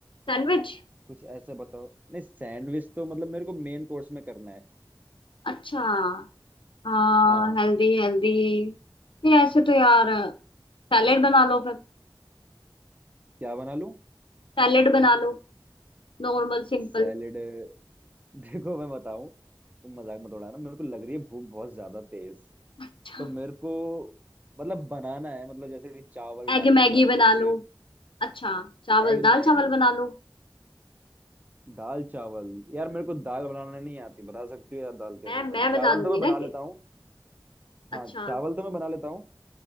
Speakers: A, on the left; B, on the right.
A: सैंडविच
B: कुछ ऐसे बताओ नहीं सैंडविच तो मतलब मेरे को मेन कोर्स में करना है
A: अच्छा हाँ
B: हाँ
A: हेल्दी हेल्दी नहीं ऐसे तो यार सैलेड बना लो फिर
B: क्या बना लूं
A: सैलेड बना लो नॉर्मल सिंपल
B: सैलेड
A: <laughs>
B: <laughs> देखो मैं बताऊं तुम मजाक मत उड़ाना मेरे को लग रही है भूख बहुत ज्यादा तेज
A: अच्छा
B: तो मेरे को मतलब बनाना है मतलब जैसे कि चावल टाइप
A: एग मैगी
B: का कुछ
A: बना लो अच्छा चावल
B: Egg
A: दाल
B: Maggi
A: चावल बना लो
B: दाल चावल यार मेरे को दाल बनाना नहीं आती बता सकती हो यार दाल कैसे
A: मैं मैं
B: बनती
A: बता
B: चावल
A: दूंगी
B: तो मैं
A: ना
B: बना लेता
A: कि
B: हूँ हाँ
A: अच्छा
B: चावल तो मैं बना लेता हूँ